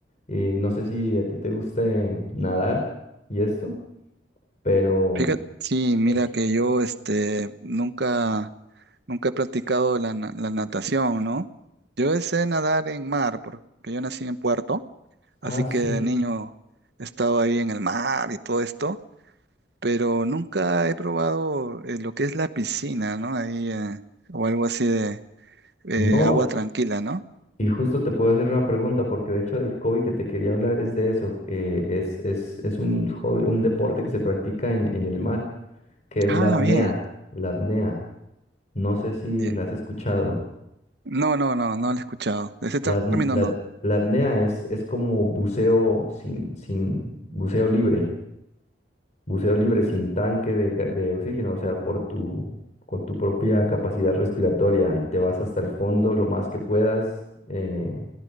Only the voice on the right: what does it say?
fíjate, sí, mira
que yo este, nunca, nunca he practicado la, na- la natación, ¿no? Yo sé nadar en mar, porque yo nací en Puerto, así
que
de niño he estado ahí en el mar y todo esto, pero nunca he probado eh, lo que es la piscina, ¿no? Ahí, eh, o algo así Eh,
agua tranquila, ¿no?
Ah,
bien.
Ya.
No, no, no, no lo he escuchado. De ese
término
no.